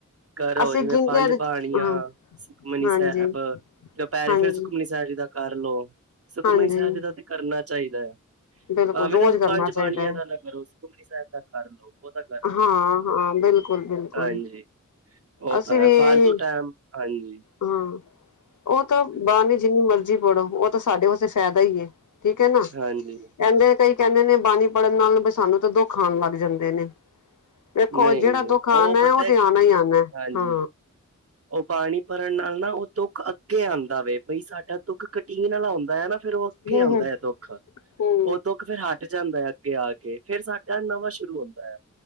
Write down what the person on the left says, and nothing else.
ਅਸੀਂ
ਗਿਣ
ਕੇ
ਹਾਂ
ਹਾਂਜੀ
ਹਾਂਜੀ
ਹਾਂਜੀ
ਬਿਲਕੁਲ
ਰੋਜ਼
ਕਰਨਾ
ਚਾਹੀਦਾ
ਹੈ
ਹਾਂ, ਹਾਂ ਬਿਲਕੁਲ, ਬਿਲਕੁਲ।
ਅਸੀਂ
ਵੀ
ਇਹ
ਹਾਂ ਉਹ ਤਾਂ ਬਾਣੀ ਜਿੰਨੀ ਮਰਜ਼ੀ ਪੜੋ ਉਹ ਤਾਂ ਸਾਡੇ ਵਾਸਤੇ ਫਾਇਦਾ ਈ ਏ। ਠੀਕ ਐ ਨਾ ਕਹਿੰਦੇ
ਕਈ ਕਹਿੰਦੇ ਨੇ ਬਾਣੀ ਪੜ੍ਹਨ ਨਾਲ ਵੀ ਸਾਨੂੰ ਤਾਂ ਦੁੱਖ ਆਣ ਲੱਗ ਜਾਂਦੇ ਨੇ। ਵੇਖੋ
ਜਿਹੜਾ
ਦੁੱਖ ਆਣਾ
ਉਹ ਤੇ
ਆਣਾ ਆਣਾ।
ਹਾਂ।
ਹੂੰ
ਹੂੰ